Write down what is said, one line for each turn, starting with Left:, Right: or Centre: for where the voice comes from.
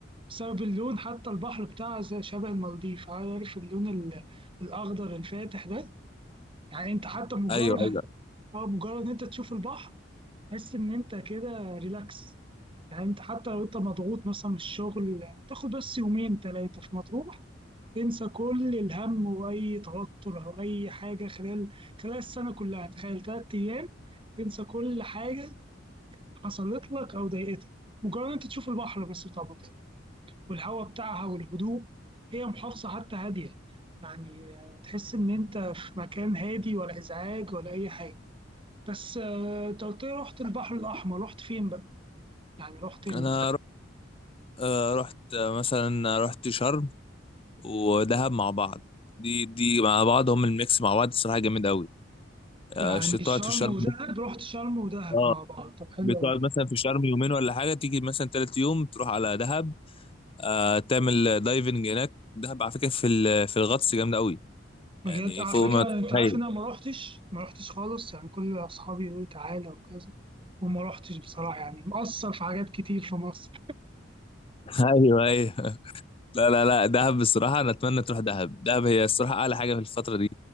Right: بسبب اللون حتى البحر بتاعها زي- شبه المالديف عارف اللون ال- الأخضر الفاتح ده يعني أنت حتى مجرد
Left: ايوه ايوه
Right: <laughs> أه مجرد أنت تشوف البحر تحس إن أنت كده ريلاكس يعني أنت حتى لو أنت مضغوط مثلا من الشغل تاخد بس يومين تلاتة في مطروح تنسى كل الهم وأي توتر أو أي حاجة خلال خلال السنة كلها تخيل تلات أيام تنسى كل حاجة حصلت لك أو ضايقتك مجرد أنت تشوف البحر بس طبعا والهواء بتاعها والهدوء هي محافظة حتى هادية يعني آه، تحس إن أنت في مكان هادي ولا إزعاج ولا أي حاجة بس آه، أنت قلت لي رحت البحر الأحمر رحت فين بقى؟ يعني رحت ال...
Left: انا رحت, آه، رحت آه، مثلا رحت شرم ودهب مع بعض دي دي مع بعض هم الميكس مع بعض الصراحه جامد قوي آه،
Right: يعني
Left: ش- تقعد
Right: شرم
Left: في شرم
Right: ودهب رحت شرم ودهب
Left: اه
Right: مع بعض طب حلو
Left: بتقعد
Right: أوي
Left: مثلا في شرم يومين ولا حاجه تيجي مثلا تالت يوم تروح على دهب آه تعمل دايفنج هناك دهب على فكره في ال- في الغطس جامده قوي
Right: بجد
Left: يعني
Right: على
Left: فوق
Right: فكرة
Left: ما
Right: أنت
Left: تتخيل
Right: عارف إن أنا ما رحتش ما رحتش خالص يعني كل أصحابي يقولوا لي تعالى وكذا وما رحتش بصراحة يعني مقصر في حاجات كتير في مصر
Left: <laughs> ايوه ايوه لا لا لا دهب بصراحه انا اتمنى تروح دهب دهب هي الصراحه اعلى حاجه في الفتره دي